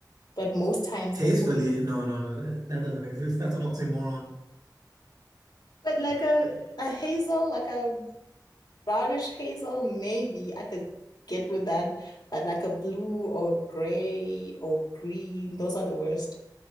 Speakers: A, on the left (about 65°); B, on the right (about 60°).
A: but most times
B: Tastefully,
A: the
B: no, no, no, that, that doesn't exist. That's an oxymoron.
A: but like a
B: Yeah,
A: a hazel, like a brownish hazel, maybe I could get with that, but like a blue or gray or green, those are the worst.